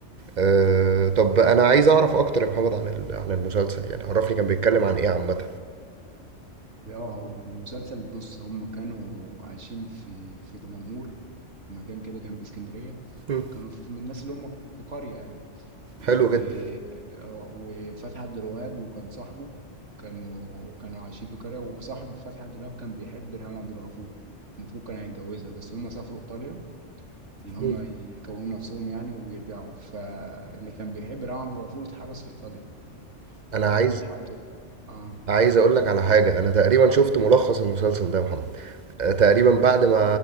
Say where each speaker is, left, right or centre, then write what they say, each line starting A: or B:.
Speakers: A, on the right; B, on the right.
A: أه طب انا عايز اعرف اكتر يا محمد عن ال- عن المسلسل يعني عرفني كان بيتكلم عن ايه عامه
B: اه هقول لك المسلسل بص هم كانوا عايشين في في دمنهور مكان كده جنب اسكندرية
A: مم.
B: كانوا في من الناس اللي هم في قرية يعني و...
A: حلو جدا
B: آه، وفتحي عبد الوهاب وكان صاحبه كانوا كانوا عايشين في قرية وصاحب فتحي عبد الوهاب كان بيحب ريهام عبد الغفور المفروض كان هيتجوزها بس هم سافروا إيطاليا إن هم
A: مم.
B: يكونوا نفسهم يعني ويرجعوا فاللي كان بيحب ريهام عبد الغفور اتحبس في إيطاليا
A: انا
B: ففتحي
A: عايز
B: عبد ال- اه
A: عايز اقول لك على حاجه انا تقريبا شفت ملخص المسلسل ده يا محمد آه، تقريبا بعد ما